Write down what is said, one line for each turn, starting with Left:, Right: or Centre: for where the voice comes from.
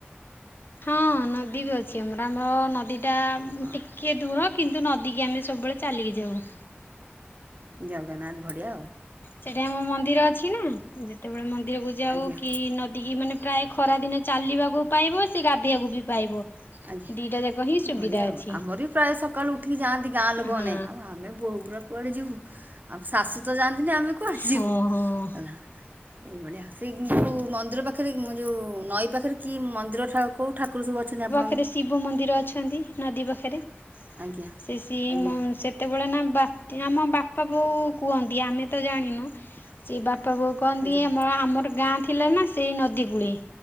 Left: ହଁ ନଦୀ ବି ଅଛି ଆମର ଆମର ନଦୀଟା ଉମ
Right: ହଁ
Left: ଟିକ୍ କେ ଦୂର କିନ୍ତୁ ନଦୀକି ଆମେ ସବୁବେଳେ ଚାଲିକି ଯାଉ
Right: ଜଗନ୍ନାଥ ଭଳିଆ ଆଉ
Left: ସେଠି ଆମ ମନ୍ଦିର ଅଛି ନା ଯେତେବେଳେ ମନ୍ଦିରକୁ ଯାଉ
Right: ଆଜ୍ଞା।
Left: କି ନଦୀ କି ମାନେ ପ୍ରାୟ ଖରା ଦିନେ ଚାଲିବାକୁ ପାଇବ ସେ ଗାଧୋଇବାକୁ ବି ପାଇବ
Right: ଆଜ୍ଞା
Left: ଦିଟା ଯାକ ହିଁ ସୁବିଧା
Right: ବଢିଆ
Left: ଅଛି
Right: ଆଉ ଆମର ବି ପ୍ରାୟ ସକାଳୁ ଉଠିକି ଯାଆନ୍ତି ଗାଁ ଲୋକ
Left: ହଁ
Right: ମାନେ ଆଉ ଆମେ ବୋହୁଗୁଡ଼ା କୁଆଡେ ଯିବୁ ଆମ ଶାଶୁ ତ ଯାଆନ୍ତିନି ଆମେ କୁଆଡେ
Left: ହଁ
Right: ଯିବୁ
Left: ହଁ।
Right: ହେଲା ଏଇଭଳିଆ ସେ କିନ୍ତୁ ମନ୍ଦିର ପାଖରେ ମୁଁ ଯେଉଁ ନଈ ପାଖରେ କି ମନ୍ଦିର ଠା କଉ ଠାକୁର ସବୁ ଅଛନ୍ତି ଆ
Left: ସେଠି ଶିବ ମନ୍ଦିର ଅଛନ୍ତି ନଦୀ ପାଖରେ
Right: ଆଜ୍ଞା
Left: ସେ ଶି
Right: ଆଜ୍ଞା
Left: ମ <inaudible> ସେତେବେଳେ ନା ବା ଆମ ବାପା ବୋଉ କୁହନ୍ତି ଆମେ ତ ଜାଣିନୁ ସେ ବାପା ବୋଉ କହନ୍ତି
Right: ଆଜ୍ଞା
Left: ଆମ ଆମର ଗାଁ ଥିଲା ନା ସେଇ ନଦୀ କୂଳେ